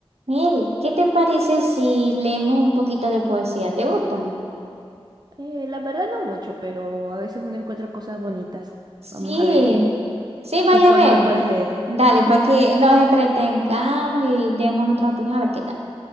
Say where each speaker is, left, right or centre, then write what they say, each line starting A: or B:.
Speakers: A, on the right; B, on the right.
A: Mel, ¿qué te parece si leemos un poquito de poesía? ¿Te gustan?
B: Eh, la verdad no mucho, pero a veces uno encuentra cosas bonitas.
A: Sí,
B: Vamos a ver qué,
A: sí, vaya
B: qué poema
A: a ver.
B: me puedes leer.
A: Dale,
B: <laughs>
A: para que nos entretengamos y demos nuestra opinión a ver qué tal.